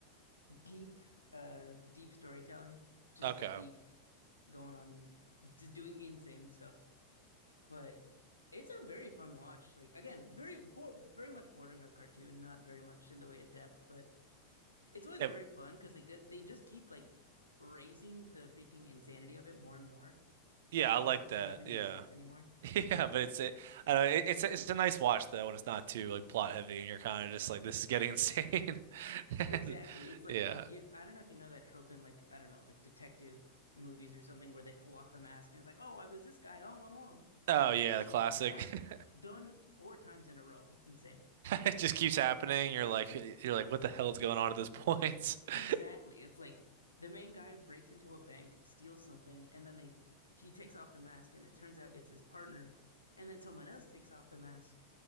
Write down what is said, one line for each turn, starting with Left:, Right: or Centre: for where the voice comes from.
Left: deep, uh, deep storytelling. Just
Right: Okay.
Left: a thief going on, just doing insane stuff. but it's a very fun watch. Like again, very bo very much bordering a cartoon, not very much in the way of depth, but it's always
Right: Eh,
Left: very fun because they get they just keep like raising the freaking insanity of it more and more
Right: Yeah,
Left: to
Right: I like
Left: the point
Right: that.
Left: where nothing
Right: Yeah.
Left: makes sense anymore.
Right: <laughs> Yeah, but it's it, I don't know, it, it's a, it's a nice watch though when it's not too like plot heavy and you're kind of just like this is getting insane. <laughs> And
Left: Exactly. It's like
Right: yeah.
Left: yeah, I don't know if you know that trope in like I don't know, like detective movies or something where they pull off the mask and it's like, "Oh, I was this guy all along."
Right: Oh yeah,
Left: It's like
Right: the classic.
Left: that
Right: <laughs>
Left: done four times in a row. It's insane.
Right: It just keeps happening. You're like you're like what the hell's going on at this point? <laughs>
Left: Exactly. It's like the main guy breaks into a bank, steals something, and then they he takes off the mask and it turns out it's his partner, and then someone else takes off the mask